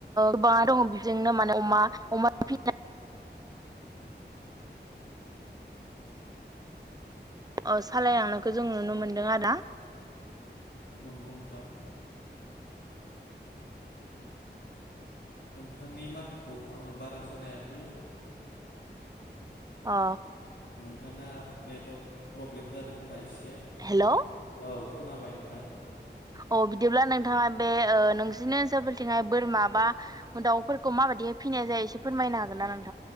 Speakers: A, on the right; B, on the left.
A: गोबाङा दङ बेजोंनो माने अमा फिनाय अ सालायलांनायखौ जों नुनो मोनदों आरो ना।
B: नंगौ नोंथां नोंथांनि माथोखौ आङो बारा खोनायाखै
A: अ
B: नोंथाङा नेटवारक प्रब्लेम जादों खोमा एसे औ
A: हेलौ
B: खोनाबाय नोंथां
A: अ बिदिब्ला नोंथाङा बे ओ नोंसिनि ओनसोलफोरथिंङाय बोरमा बा दाउफोरखौ मा माबादिहै फिनाय जायो एसे फोरमायनो हागोनना नोंथां